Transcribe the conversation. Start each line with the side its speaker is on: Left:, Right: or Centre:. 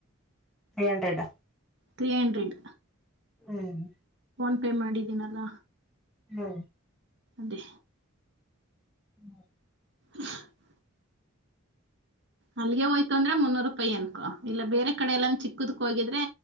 Centre: three hundred
Right: three hundred
Centre: ಹ್ಮ್
Right: ನ್ ಪೇ ಮಾಡಿದ್ದೀನಲ್ಲ
Centre: ಹ್ಮ್
Right: ಅದೇ
Centre: ಹ್ಮ್
Right: <inaudible> ಅಲ್ಲಿಗೆ ಹೋಯ್ತು ಅಂದ್ರೆ ಮುನೂರ್ ರೂಪಾಯಿ ನಕೋ ಇಲ್ಲ ಬೇರೆ ಕಡೆ ಎಲ್ಲಾನ ಚಿಕ್ಕದಕ್ ಹೋಗಿದ್ರೆ